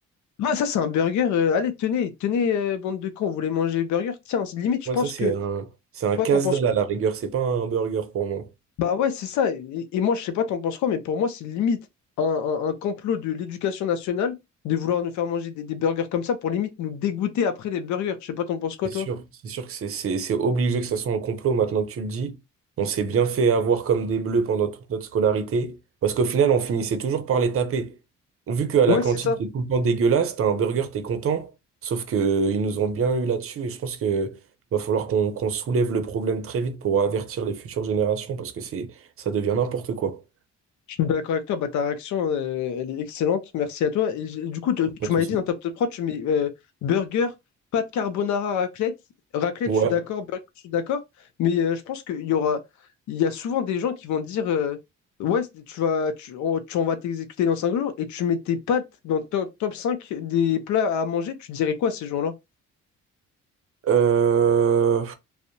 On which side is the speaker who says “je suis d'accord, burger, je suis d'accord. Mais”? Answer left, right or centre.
Left